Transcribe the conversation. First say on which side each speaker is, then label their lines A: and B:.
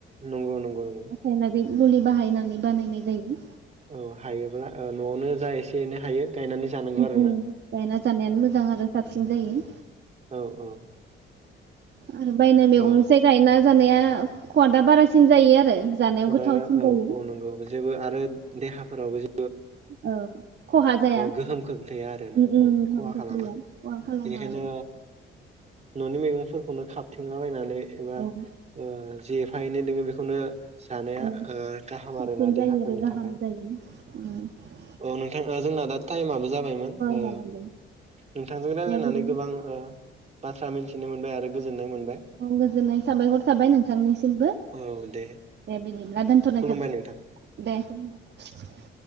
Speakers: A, on the right; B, on the right.
A: नंगौ नंगौ नंगौ
B: रासायनारिक मुलि बाहायनानै बानायनाय जायो।
A: औ हायोब्ला ओ न'आवनो जा एसे एनै हायो गायनानै जानांगौ
B: औ
A: आरोना।
B: गायना जानायानो मोजां आरो साबसिन जायो।
A: औ औ।
B: आरो बायनाय मैगंसै
A: औ
B: गायना जानाया खवादा बारासिन जायो आरो जानायाव
A: खुदारा
B: गोथावसिन
A: औ
B: जायो
A: औ नंगौ जेबो आरो देहाफोरावबो जे
B: औ खहा जाया। उम
A: गोहोम खोख्लैया आरोना
B: उम
A: औ
B: गोहोम
A: खहा खालामा
B: गोग्लैया खहा खालामा
A: बेनिखायनो
B: आरो
A: न'नि मैगंफोरखौनो खाब थिंलाबायायनानै एबा
B: औ
A: ओ जि फा एनै दोङो बेखौनो जानाया
B: औ साबसिन
A: ओ गाहाम आरोना देहाफोरनि
B: जायो आरो गाहाम
A: थाखाय
B: जायो उम ।
A: औ नोंथाङा जोंना दा ताइम आबो जाबायमोन ओ
B: जाबाय दे
A: नोंथांजों रायलायनानै
B: दे बिदिनो
A: गोबां ओ बाथ्रा मिथिनो मोनबाय आरो गोजोन्नाय मोनद
B: औ गोजोननाय साबायहर थाबाय नोंथांनिसिमबो
A: औ दे
B: दे बेनि ब्ला दोन्थनाय
A: खुलुमबाय
B: जाबाय
A: नोंथां।
B: दे ।